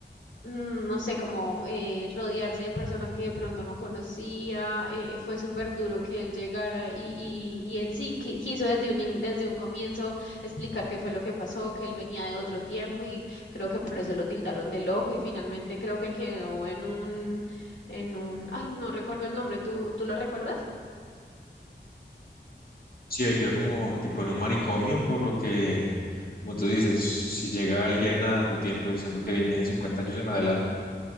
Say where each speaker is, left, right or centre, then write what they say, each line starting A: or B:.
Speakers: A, on the left (about 90°); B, on the left (about 50°).
A: mm, no sé, como eh, rodearse de personas que de pronto no conocía, eh, fue súper duro que él llegara y, y, y él sí qui- quiso desde un, in- desde un comienzo explicar qué fue lo que pasó, que él venía de otro tiempo y creo que por eso lo tildaron de loco y finalmente creo que quedó en un, en un, ay, no recuerdo el nombre, ¿tú, tú lo recuerdas?
B: Sí, él quedó como tipo en un manicomio, por lo que, como tú dices, si llega alguien a tu tiempo diciendo que viene de 50 años en adelante,